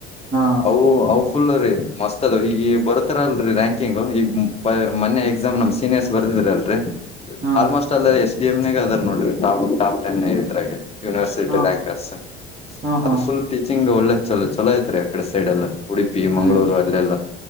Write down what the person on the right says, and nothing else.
ಹಾ
ಹಾ
ಹಾ
ಹಾ ಹಾ
ಹ್ಮ್